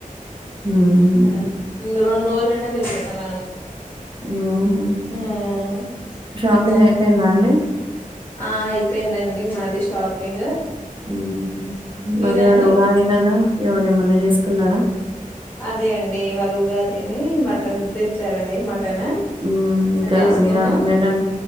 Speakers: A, on the right (about 35°); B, on the left (about 15°).
A: హుహు.
B: అది ఇన్ని రెండు రోజులైనాక తింటారు మా నాన్నీ.
A: హుహు.
B: ఉమ్
A: షాపింగ్
B: ఇంకా.
A: అయిపోయిందా అండి?
B: ఆహ్ అయిపోయిందండి మాది షాపింగ్.
A: ఉమ్
B: మీదండి
A: మరి ఇవాళ్ళ ఉగాది కదా ఇవాళ్ళ ఏమన్నా చేసుకున్నారా.
B: అదే అండి ఇవాళ ఉగాది అని మటన్ తెచ్చారండి మటన్.
A: ఉమ్ ఇంకా
B: అది చేసుకున్నాం
A: అదిగా మటన్